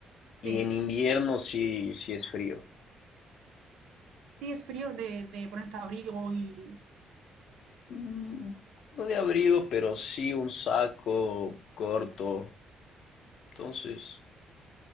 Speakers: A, on the left; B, on the right.
A: Y
B: sí,
A: en invierno sí, sí es frío.
B: sí es frío de, de ponerte abrigo y
A: Mm, No de abrigo, pero sí un saco corto. Entonces,